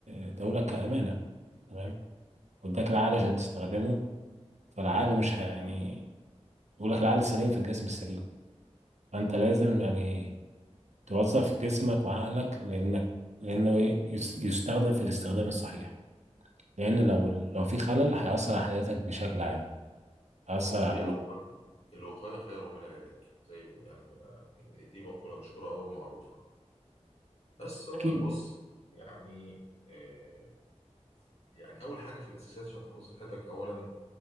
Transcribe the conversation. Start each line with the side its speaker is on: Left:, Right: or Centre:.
Right: اداهولك كأمانة تمام واداك العقل عشان تستخدمه فالعقل مش ه- يعني بيقول لك العقل السليم في الجسم السليم فانت لازم يعني توظف جسمك وعقلك لانك لانه إيه؟ يس- يستخدم في الاستخدام الصحيح لان لو لو في خلل هيأثر على حياتك بشكل عام هيأثر
Left: فبص
Right: على
Left: هي
Right: أبوك
Left: الوقاية الوقاية خير من العلاج زي يعني آه، دي دي مقولة مشهورة أو معروفة بس هو
Right: اكيد
Left: بص يعني آه يعني أول حاجة في الأساسيات عشان تحافظ على صحتك أولا